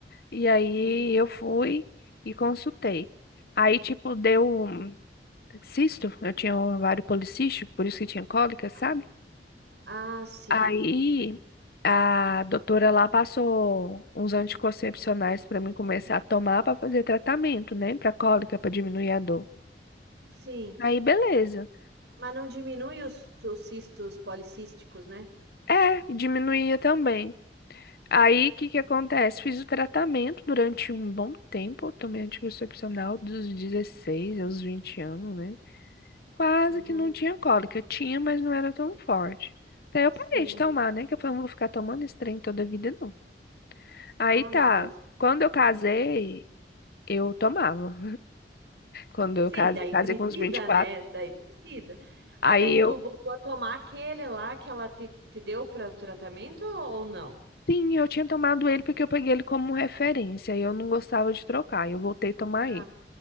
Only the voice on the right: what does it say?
Uhum.
Ah, ah, sim,
sim.
Mas não diminui os, os cistos policísticos, né?
Uhum.
Sim.
Ah,
meu Deus.
Sim,
daí
precisa,
né? Daí precisa.
Mas daí tu
voltou a tomar aquele lá que ela te, te deu para o tratamento ou não?
Ah,